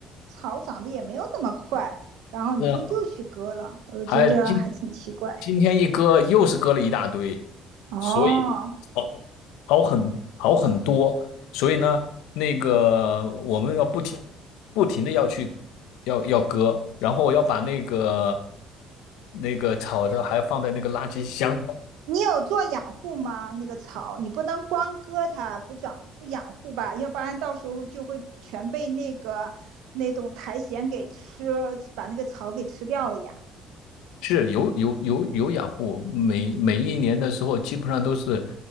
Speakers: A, on the right; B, on the left.
A: 草长得也没有那么快，然后你就又去割了，
B: 嗯，
A: 我觉得还挺奇怪。
B: 还今今天一割又是割了一大堆。
A: 哦，
B: 所以好好很好很多。所以呢，那个我们要不停不停的要去要要割，然后要把那个那个炒的还放在那个垃圾箱
A: 你有做养护吗？那个草，你不能光割它不长不养护吧，要不然到时候就会全被那个那种苔藓给吃，把那个草给吃掉了呀。
B: 是有有有有养护，每每一年的时候，基本上都是